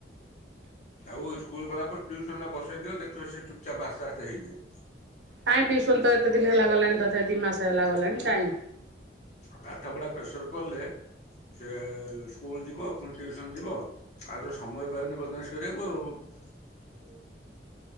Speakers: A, on the left; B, on the right.
A: ଆଉ ସ୍କୁଲ ଗଲା ପରେ ଟ୍ୟୁସନ ବସେଇ ଦିଅ ଦେଖିବ ସେ ଚୁପ ଚାାପ୍ ଆସ୍ତେ ଆସ୍ତେ ହେଇଯିବ।
B: କାଇଁ ସନ୍ତ ଏତେ ଦିନ ହେଲା ଗଲାଣି ଧଥ ଦି ମାସ। ଲା ଗଲାଣି
A: ହୁଁ
B: ଟାଇ
A: ପାଠ ପଢା ପ୍ରେସର ପିଲେ ସେ ସ୍କୁଲ ଯିବ ପୁଣି ଟିଉସନ ଯିବ ଆଉ ତ ସମୟ ପାଇନି ବଦମାସ କରିବାକୁ ଆ